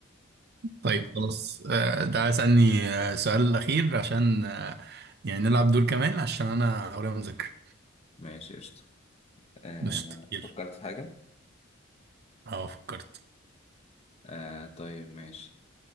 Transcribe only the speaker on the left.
ماشي قشطة آه
فكرت في حاجة
آه طيب ماشي